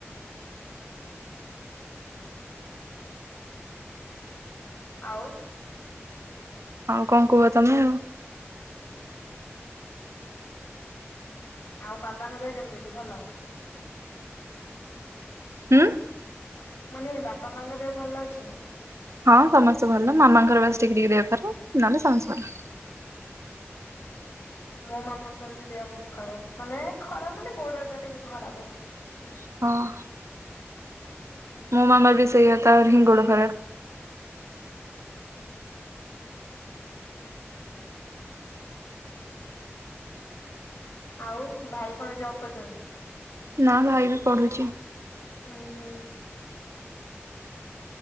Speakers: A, on the left (about 60°); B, on the right (about 85°).
A: ଆଉ।
B: ଆଉ କଣ କୁହ ତମେ?
A: <unintelligible> ଆଉ ବାବାଙ୍କ ଦେହ କେମିତି ଅଛି ଭଲ।
B: ହୁଁ।
A: ମୁଁ କହିନି ବାପା ମାଙ୍କ ଦେହ ଭଲ ଅଛି ନା।
B: ହଁ ସମସ୍ତେ ଭଲ ମାମାଙ୍କର ବାସ ଟିକେ ଟିକେ ଦେହ ଖରାପ ନହେଲେ ସମସ୍ତେ ଭଲ।
A: ମୋ ମାମାଙ୍କର ବି ଦେହ ବହୁତ ଖରାପ ମାନେ ଖରାପ ମାନେ ଗୋଡଟା ଟିକେ ଖରାପ ଅଛି।
B: ହଁ। ମୋ ମାାମା ବି ସେଇଆ ତାର ହିଁ ଗୋଡ଼ ଖରାପ।
A: ଆଉ ଭାଇ କଣ ଜବ୍ କରୁଛନ୍ତି?
B: ନା ଭାଇ ବି ପଢୁଛି।
A: ଉଁ ହୁଁ।